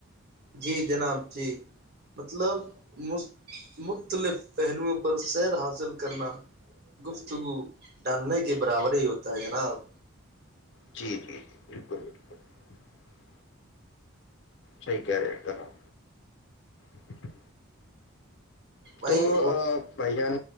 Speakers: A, on the right (about 45°); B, on the left (about 55°).
A: جی جناب جی مطلب م <unintelligible> مختلف <unintelligible> پہلوؤں پر سیر حاصل کرنا گفتگو ڈالنے کے برابر ہی ہوتا <unintelligible> کیا جناب <unintelligible>
B: جی جی جی بالکل بالکل <unintelligible> شہکارے کرام <unintelligible>
A: بھائی
B: تو ا بھائی جان